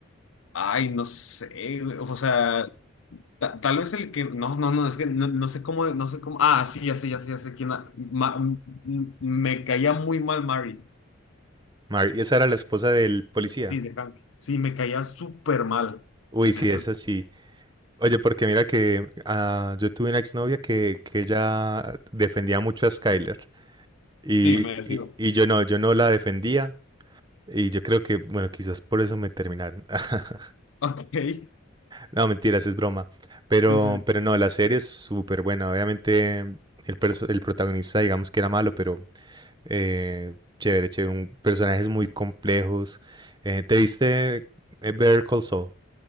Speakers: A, on the left (about 70°); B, on the right (about 20°).
A: Ay, no sé, güey, o sea. Ta- tal vez el que. No, no, no, es que no, no sé cómo. No sé cómo. Ah, sí, ya sé, ya sé, ya sé quién. la- Ma- m- m- me caía muy mal Mary.
B: Mary, esa era la esposa del policía.
A: Sí, de Hank. Sí, me caía súper mal.
B: Uy, sí,
A: Eso
B: <laughs> es
A: es.
B: así. Oye, porque mira que ah, yo tuve una exnovia que, que ella defendía mucho a Skyler. Y,
A: Sí, merecido.
B: y, y yo no, yo no la defendía. Y yo creo que, bueno, quizás por eso me terminaron. <laughs>
A: Ok. Sí,
B: No, mentiras, es broma. Pero,
A: sí, sí.
B: pero no, la serie es súper buena. Obviamente, el, perso- el protagonista, digamos que era malo, pero eh, chévere, chévere. un- personajes muy complejos. Eh, ¿te viste eh, Better Call Saul?